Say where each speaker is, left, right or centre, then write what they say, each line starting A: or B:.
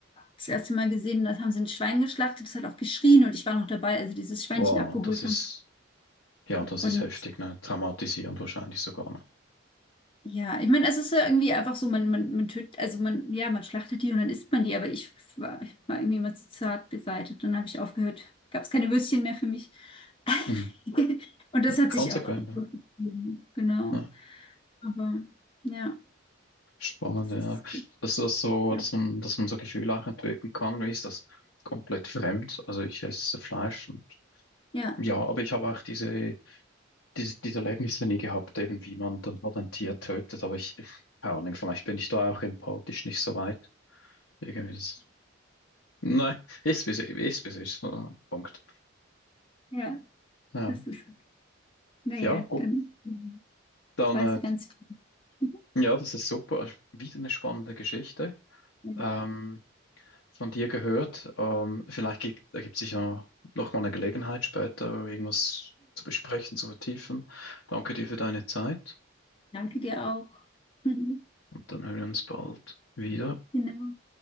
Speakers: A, on the left; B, on the left.
A: das erste Mal gesehen, das haben sie ein Schwein geschlachtet, das hat auch geschrien und ich war noch dabei, als sie dieses Schweinchen
B: Wow,
A: abgeholt
B: das ist,
A: haben.
B: ja, das
A: Und
B: ist heftig, ne? Traumatisierend wahrscheinlich sogar, ne?
A: Ja, ich meine, es ist ja irgendwie einfach so, man, man, man tötet, also man, ja, man schlachtet die und dann isst man die, aber ich war, ich war irgendwie immer zu zart beseitigt. Dann habe ich aufgehört, gab es keine Würstchen mehr für mich. <laughs>
B: Mhm.
A: Und das hat
B: Konsequent,
A: sich auch
B: ne?
A: so gegeben, genau.
B: Ja,
A: Aber ja,
B: spannend,
A: das
B: ja.
A: ist,
B: Dass das so,
A: ja,
B: dass man, dass man so Gefühle auch entwickeln kann, wie ist das? Komplett fremd. Also ich esse Fleisch und
A: ja,
B: ja, aber ich habe auch diese, diese, diese Erlebnisse nie gehabt, eben wie man dann halt ein Tier tötet, aber ich, keine Ahnung, vielleicht bin ich da auch empathisch nicht so weit. Irgendwie das, <laughs> nein, ist wie es ist, wie es ist. äh, Punkt.
A: ja,
B: Ja,
A: das ist, naja,
B: ja, gut.
A: dann, jetzt
B: Dann
A: weißt
B: äh,
A: du ganz viel.
B: Ja, das ist super. Wieder eine spannende Geschichte.
A: Ja.
B: Ähm, von dir gehört. Ähm, vielleicht gibt, ergibt sich ja noch mal eine Gelegenheit später, irgendwas zu besprechen, zu vertiefen. Danke dir für deine Zeit
A: Danke dir auch. <laughs>
B: und dann hören wir uns bald wieder.
A: Genau.